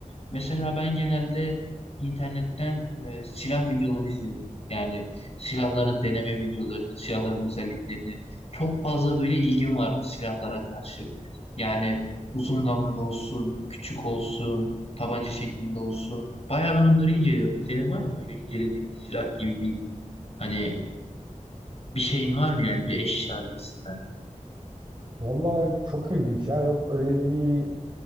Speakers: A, on the left; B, on the right.
A: Mesela ben genelde internetten e, silah videoları izliyorum. Yani silahların deneme videolarını, silahların özelliklerini. Çok fazla böyle ilgim var bu silahlara karşı. Yani uzun namlulu olsun, küçük olsun, tabanca şeklinde olsun. Bayağı ben onları inceliyorum. Senin var mı böyle incelediğin bir silah gibi bir hani bir şeyin var mı yani bir eşya gibisinden?
B: Vallahi çok ilginç ya. Yok öyle bir